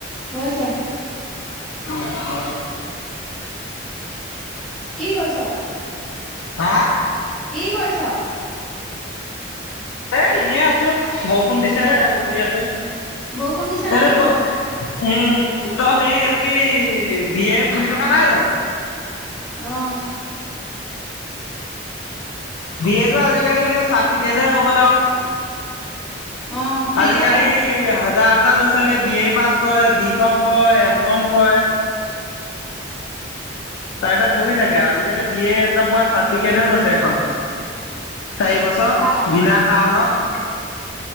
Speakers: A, in the centre; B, on the left (about 85°).
A: হৈছে।
B: অ', অ'।
A: কি কৰিছ?
B: হা?
A: কি কৰিছ? <inaudible>
B: এ এনেৱে আছো, বৰষুণ দিছে
A: ব
B: বহি আছো
A: বৰষুণ দিছে
B: <unintelligible>
A: নে কিনো
B: উম, তই হেৰি এইটো কি বি এ পঢ়ি থকা নাই জানো?
A: অ'।
B: বি এ টো আজিকালি এনে চাৰ্টফিকেট হে হৈ গ'ল আৰু।
A: অ ফ্ৰীতে
B: আজিকালি
A: পাই
B: হাজাৰ হাজাৰ ল'ৰা ছোৱালীয়ে বি এ পাছ কৰে, বি কম কৰে, এম কম কৰে। তাৰ পিছত বহি থাকে, আজিকালি বি এ একদম পোৰা চাৰ্টফিকেট হৈ গৈছে এখন। চাৰি বছৰ
A: ফা
B: বিনা কাৰণত